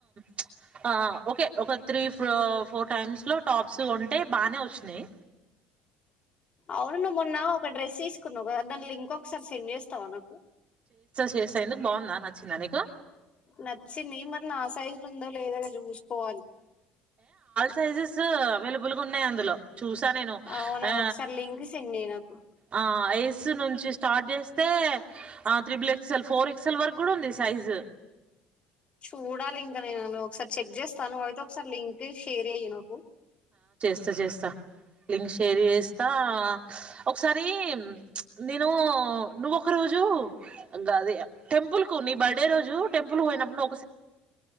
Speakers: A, on the right; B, on the left.
A: ప్చ్ ఆ ఓకే ఒక త్రీ ఫో ఫోర్ టైమ్స్ లో టాప్స్ కొంటే బానే వచ్చినయి
B: అవును లే మొన్న ఒక డ్రెస్ తీసుకున్నవ్ కదా దాని లింక్ ఒకసారి సెండ్ చేస్తావా నాకు
A: చేస ఎందుకు బాగుందా నచ్చిందా నీకు
B: నచ్చింది మరి నా సైజు లో ఉందో లేదో ఇగ చూసుకోవాలి
A: సైజసు అవైలబుల్ గా ఉన్నాయి అందులో చూసా నేను
B: అవునా
A: ఆ
B: ఒకసారి లింక్ సెండ్ చెయ్ నాకు
A: ఆ ఎస్ నుంచి స్టార్ట్ చేస్తే ఆ త్రిబుల్ ఎక్సల్ ఫోర్ ఎక్సల్ వరకు కూడా ఉంది సైజు
B: చూడాలింకనేను ఒకసారి చెక్ చేస్తాను అయితే ఒకసారి లింక్ షేర్ చెయ్యి నాకు
A: స్త చేస్తా లింక్ షేర్ చేస్తా ఒకసారి నేను నేను నువ్వొక రోజు గది టెంపుల్ కు నీ బర్డే రోజు టెంపుల్ పోయినప్పుడు ను